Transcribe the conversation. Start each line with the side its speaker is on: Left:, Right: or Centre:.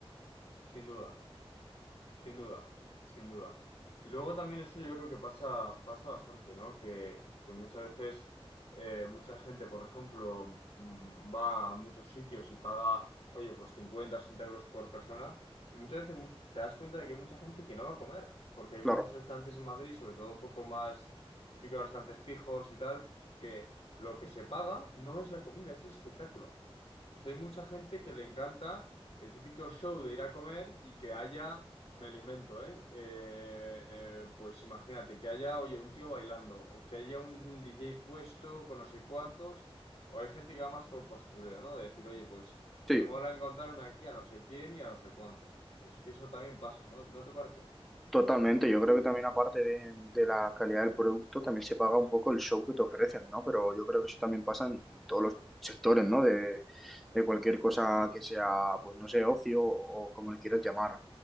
Left: sin duda. Sin duda, sin duda. Y luego también eso yo creo que pasa, pasa bastante, ¿no? Que, que muchas veces eh, mucha gente, por ejemplo, mm, va a muchos sitios y paga, oye, pues 50, 60 euros por persona. Y muchas veces much- te das cuenta de que hay mucha gente que no va a comer, porque hay muchos
Centre: Claro.
Left: restaurantes en Madrid, sobre todo un poco más típicos restaurantes pijos y tal, que lo que se paga no es la comida, es el espectáculo sea, hay mucha gente que le encanta el típico show de ir a comer y que haya, me lo invento, ¿eh? Eh, eh, pues imagínate, que haya, oye, un tío bailando, o que haya un DJ puesto con no sé cuántos, o hay gente que va más por postureo, ¿no? De decir, oye, pues me
Centre: Sí,
Left: mola encontrarme aquí a no sé quién y a no sé cuántos. Es que eso también pasa, ¿no? ¿No te parece?
Centre: Totalmente, yo creo que también aparte de, de la calidad del producto, también se paga un poco el show que te ofrecen, ¿no? Pero yo creo que eso también pasa en todos los sectores, ¿no? De, de cualquier cosa que sea, pues no sé, ocio o, como le quieras llamar.